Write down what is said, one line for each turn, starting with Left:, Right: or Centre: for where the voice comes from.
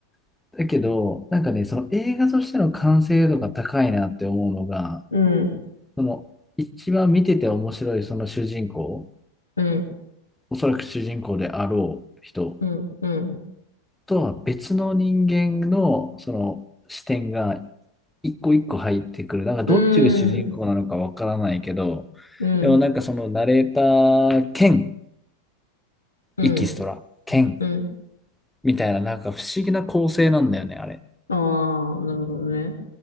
Centre: う。だけど、なんかね、その映画としての完成度が高いなって思うのが、
Left: うん、
Centre: その、一番見てて面白いその主人公、
Left: うん、
Centre: おそらく主人公であろう人
Left: うん、うん。
Centre: とは別の人間のその視点が一個一個入ってくる。なんかどっちが主人公なのかわからないけど、
Left: うん、うん、
Centre: でもなんかそのナレーター兼
Left: うん、
Centre: エキストラ兼
Left: うん。
Centre: みたいななんか不思議な構成なんだよね、あれ。
Left: ああ、なるほどね。